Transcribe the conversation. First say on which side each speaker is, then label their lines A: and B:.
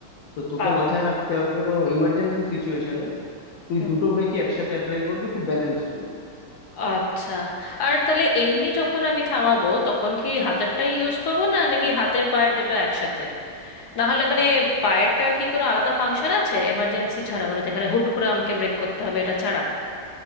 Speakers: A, on the left; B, on the left.
A: তো তোকে
B: আ-
A: মাথায় রাখতে হবে কোনো ইমার্জেন্সি সিচুয়েশনে তুই
B: হুম,
A: দুটো ব্রেকই একসাথে অ্যাপ্লাই করবি খুব ব্যালেন্স করবি।
B: আচ্ছা আর তাহলে এমনি যখন আমি থামাবো তখন কি হাতেরটাই ইউজ করবো না নাকি হাতের পায়ের দুটো একসাথে না হলে মানে পায়েরটার কি কোনো আলাদা ফাংশন আছে এমার্জেন্সি ছাড়া মানে যেখানে হুট করে আমাকে ব্রেক করতে হবে এটা ছাড়া